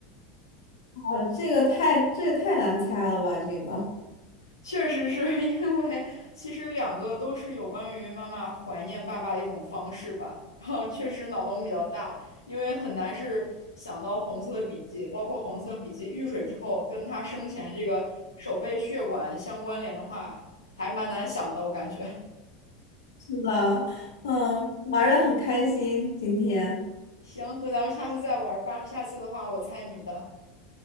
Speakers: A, on the left; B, on the left.
A: 哦这个太这个太难猜了吧？这个
B: 确实是 <laughs> 因为，其实两个都是有关于妈妈怀念爸爸的一种方式吧。<laughs> 然后确实脑洞比较大，因为很难是想到红色笔记，包括红色笔记遇水之后跟他生前这个手背血管相关联的话，还蛮难想的，我感觉。<laughs>
A: 是的，嗯，玩的很开心今天，
B: 行，那咱们下次再玩儿吧。下次的话，我猜你的。